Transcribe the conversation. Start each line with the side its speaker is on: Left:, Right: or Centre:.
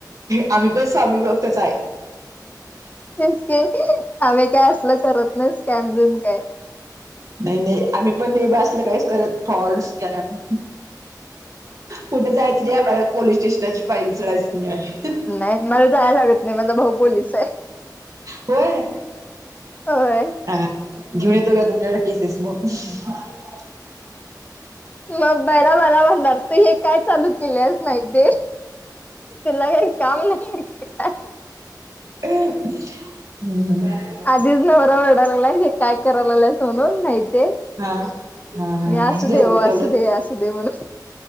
Right: आम्ही पण स्वामी भक्तच आहे.
Left: च आम्ही काय असल करत नाही स्कॅम बिम काय.
Right: नाही नाही आम्ही बा काहीच करत फ्रॉड, स्कॅम कुठे जायचं नाही आहे मला पोलीस स्टेशनाची पायरी चढायची नाही आहे.
Left: नाही मला जायला लागत नाही माझा भाऊ पोलीस आहे.
Right: होय
Left: होय.
Right: अ घेऊन येतो का तुमच्याकड केसेस मग. <unintelligible>
Left: मग पहीला मला म्हणणार तू हे काय चालू केल्यास नाईट डे तुला काय काम नाहीये काय.
Right: <unintelligible> हम्म. हम्म.
Left: आधीच नवरा वरडाय लागलाय हे काय करायला लागलाय हे म्हणून नाही ते.
Right: हा हा हा
Left: मी असू
Right: असुदे
Left: दे,
Right: ओ
Left: हो
Right: तेवढंच
Left: असू दे, असू दे म्हणून.